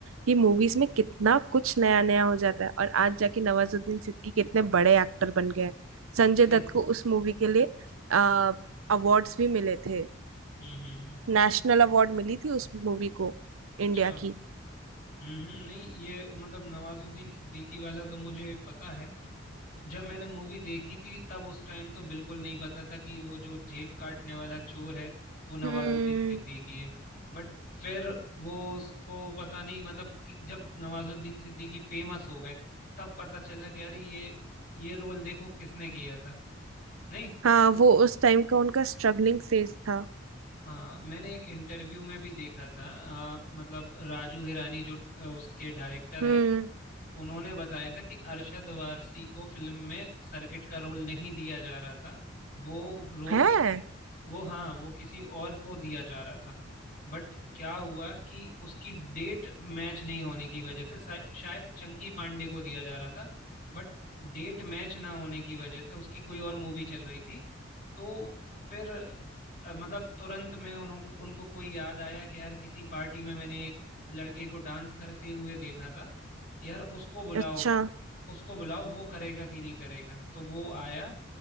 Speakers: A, on the right; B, on the left.
A: कि मूवीज में कितना कुछ नया नया हो जाता है और आज जाके नवाजुद्दीन सिद्दीकी कितने बड़े एक्टर बन गए हैं संजय
B: सही
A: दत्त को उस मूवी के लिए आ अवार्ड्स भी मिले थे
B: हम्म हम्म हम्म
A: नेशनल अवार्ड मिली थी उस मूवी को
B: अच्छा
A: इंडिया की
B: हम्म हम्म नहीं ये मतलब नवाजुद्दीन सिद्दीकी वाला तो मुझे पता है जब मैंने मूवी देखी थी तब उस टाइम तो बिल्कुल नहीं पता था कि वो जो जेब काटने वाला चोर है वो नवाजुद्दीन
A: हम्म
B: सिद्दीकी है बट फिर वो उसको पता नहीं मतलब कि जब नवाजुद्दीन सिद्दीकी फेमस हो गए तब पता चला कि अरे ये ये रोल देखो किसने किया था नहीं
A: हाँ वो उस टाइम का उनका स्ट्रगलिंग फेज था
B: हाँ मैंने एक इंटरव्यू में भी देखा था अ, मतलब राजू हिरानी जो अ, उसके डायरेक्टर
A: हम्म
B: हैं उन्होंने बताया था कि अरशद वारसी को फिल्म में सर्किट का रोल नहीं दिया जा रहा था वो रोल
A: है
B: किसी वो हाँ वो किसी और को दिया जा रहा था बट क्या हुआ कि उसकी डेट मैच नहीं होने की वजह से शाय- शायद चंकी पांडे को दिया जा रहा था बट डेट मैच ना होने की वजह से उसकी कोई और मूवी चल रही थी तो फिर अ, मतलब तुरंत में उनको उनको कोई याद आया कि यार किसी पार्टी में मैंने एक लड़के को डांस करते हुए देखा था यार उसको बुलाओ
A: अच्छा
B: उसको बुलाओ वो करेगा कि नहीं करेगा तो वो आया